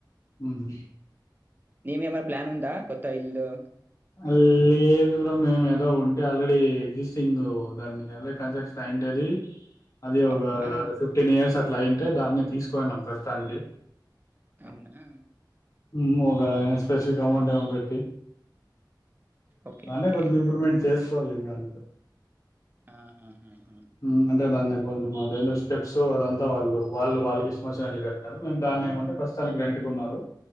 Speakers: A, on the left; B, on the right.
A: ఊహూ
B: నిమేమరి ప్లాన్ ఉందా కొత్త ఇళ్లు
A: అల్లీ దూరం మేమేదో ఉంటే ఆల్రెడీ గీస్ సింగ్ దాన్ని అదే కన్ట్రక్క్షన్ అయిండేది అది ఒక
B: అవునా ఆహాహాహా.
A: ఫిఫ్టీన్ ఇయర్స్ అట్లా అయింటే దాన్ని తీసుకోవున్నాం ప్రస్తుతానికి
B: అవునా
A: మ్ ఒక స్పెసిఫిక్ అమౌంట్ ఏమో పెట్టి
B: ఓకే
A: దాన్నే
B: ఓకే
A: కొంచెం ఇంప్రూమ్మెంట్ చేసి తోలింగా అంతే
B: ఆహాహాహా.
A: మ్ అంటే దాన్ని కొంచెం అదేన్నో స్టెప్స్ అదంతా వాళ్ళు వాళ్ళు వాళ్ళుకి ఇష్టం వచ్చినట్లు కట్టారు మేం దాన్ని ఏమంటే ప్రస్తుతానికి రెంటుకున్నారు